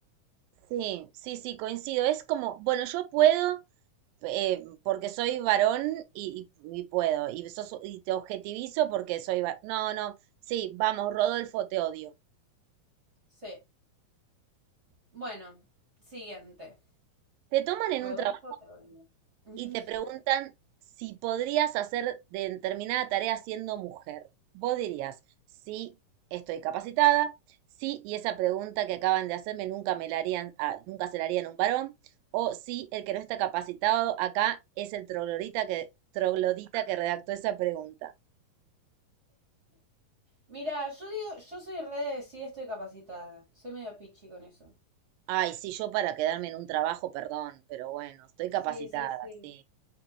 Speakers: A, on the right; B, on the right.
A: Sí, sí, sí, coincido. Es como, bueno, yo puedo, eh, porque soy varón y, y- y puedo, y, sos- y te objetivizo porque soy varón. No, no, sí, vamos, Rodolfo, te odio.
B: Sí. Bueno, siguiente.
A: Te toman en
B: Rodolfo
A: un trabajo
B: teoría. Mm.
A: y te preguntan si podrías hacer determinada tarea siendo mujer. Vos dirías, sí, estoy capacitada, sí, y esa pregunta que acaban de hacerme nunca me la harían, ah, nunca se la harían a un varón, o sí, el que no está capacitado acá es el troglodita que, troglodita que redactó esa pregunta.
B: Mira, <laughs> yo digo, yo soy re de sí estoy capacitada. Soy medio pichi con eso.
A: Ay, sí, yo para quedarme en un trabajo, perdón, pero bueno, estoy capacitada,
B: Sí, sí, sí.
A: sí.